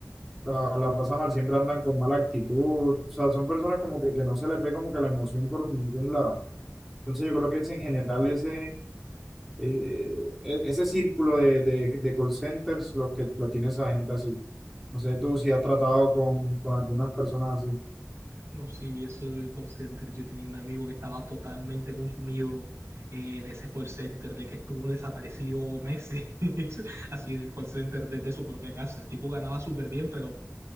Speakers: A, in the centre; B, on the right (about 55°).
A: la, la pasan mal, siempre andan con mala actitud, o sea, son personas como que, que no se les ve como que la emoción por ningún lado. Entonces yo creo que es en general ese, eh, e- ese círculo de, de, de call centers los que lo tiene esa gente así. No sé tú
B: No,
A: si has tratado con, con algunas personas así.
B: no, sí, eso del call center. Yo tenía un amigo que estaba totalmente consumido eh, en ese call center, de que estuvo desaparecido meses, <laughs> así del call center desde su propia casa. El tipo ganaba súper bien, pero